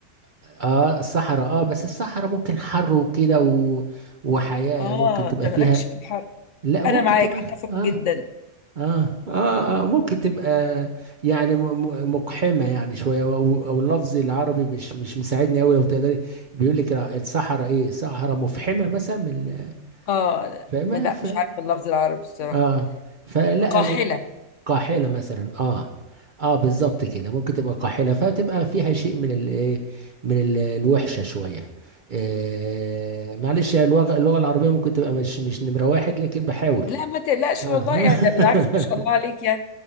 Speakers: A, on the right; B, on the left.
A: اه الصحراء اه بس الصحراء ممكن حر وكده و... وحياة
B: اه
A: ممكن تبقى
B: انت مالكش
A: فيها
B: في الحر
A: لا ممكن
B: انا معاك
A: تبقى
B: اتفق
A: اه
B: جدا
A: اه اه, آه ممكن تبقى يعني م- م- مقحمة يعني شوية او أو اللفظ العربي مش مش مساعدني قوي لو تقدري بيقول لك الصحراء ايه صحراء مفحمة مثلا من ال-
B: اه
A: فاهمة
B: ما- لا
A: ف
B: مش عارفه اللفظ العربي بصراحه
A: اه فلا
B: قاحلة
A: انا قاحلة مثلا اه اه بالظبط كده ممكن تبقى قاحلة فتبقى فيها شيء من ال إيه؟ من ال- الوحشة شوية آه معلش اللغة اللغة العربية ممكن تبقى مش مش نمرة واحد لكن بحاول
B: لا ما تقلقش
A: اه
B: والله
A: <laughs>
B: يا ده بالعكس ما شاء الله عليك يعني